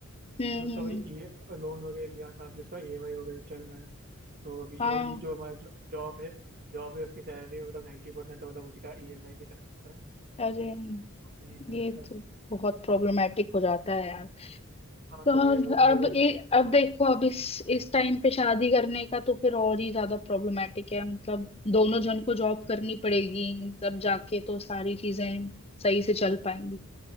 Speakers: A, on the right (about 45°); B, on the left (about 30°).
A: तो
B: हम्म
A: उसका
B: हम्म हम्म,
A: वही
B: हम्म।
A: ई लोन वगैरह लिया था अभी उसका ईएमआई वगैरह चल रहा है तो अभी
B: हाँ
A: वही जो हमारा जो, जॉब है जॉब है उसकी सैलरी में मतलब नाइन्टी परसेंट मतलब उसी का ईएमआई में चला जाता है
B: अरे
A: तो वही है
B: ये
A: मतलब
B: तो बहुत प्रॉब्लमेटिक हो जाता है यार
A: हाँ
B: तो
A: तो वही और भी
B: अब
A: अगर
B: ए, अब देखो अब इस इस टाइम पे शादी करने का तो फिर और ही ज्यादा प्रॉब्लमेटिक है मतलब दोनों जन को जॉब करनी पड़ेगी तब जाके तो सारी चीजें सही से चल पाएंगी